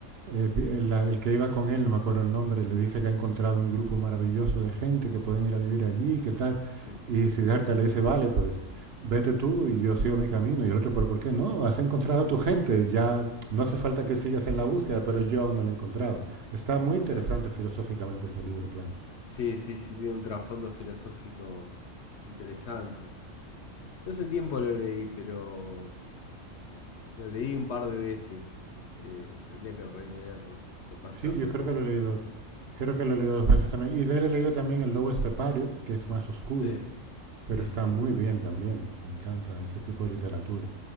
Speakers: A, on the right; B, on the left.
A: eh, vi- el, la- el que iba con él, no me acuerdo el nombre, le dice que ha encontrado un grupo maravilloso de gente que pueden ir a vivir allí, qué tal,
B: mm,
A: y Siddhartha le dice, vale, pues vete tú y yo sigo mi camino, y el otro, pero ¿por qué no? Has encontrado a tu gente, ya no hace falta que sigas en la búsqueda, pero yo aún no lo he encontrado. Está muy interesante
B: claro.
A: filosóficamente ese libro, claro.
B: Sí, sí, sí, tiene un trasfondo filosófico interesante. Yo hace tiempo lo leí, pero lo leí un par de veces. Eh, tendría que releerlo, repasarlo
A: Sí, yo
B: un
A: creo
B: poco.
A: que lo he leído Creo que lo he leído dos veces también. Y de él he leído también El Lobo Estepario, que es más oscuro,
B: Sí, sí,
A: pero está
B: sí,
A: muy bien también. Me encanta ese tipo de literatura.